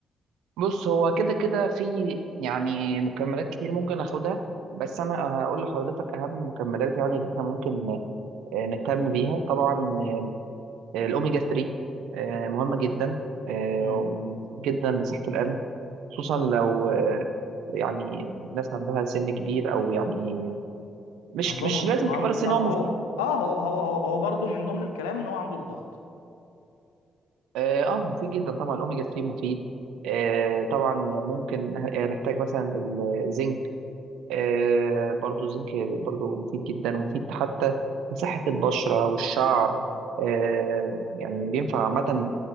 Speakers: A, on the right; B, on the left.
A: بص هو كده كده في يعني مكملات كتير ممكن اخدها بس انا هقول لحضرتك اهم المكملات يعني اللي احنا ممكن آه، نهتم بيها طبعا آه، الأوميجا 3 آه، مهمة جدا آه،
B: امم
A: جدا لصحة القلب خصوصا لو آه، يعني ناس عندها سن كبير أو يعني مش
B: عندهم
A: مش لازم
B: عن...
A: كبار السن
B: طب
A: هو مفيد
B: هو اه هو هو هو, هو برضه من ضمن الكلام ان هو عنده الضغط
A: اه آه، مفيد جدا طبعا الأوميجا 3 مفيد آه، طبعا ممكن آه، نحتاج مثلا الزنك آه، برضو الزنك برضو مفيد جدا ومفيد حتى لصحة البشرة والشعر آه، يعني بينفع عامة إن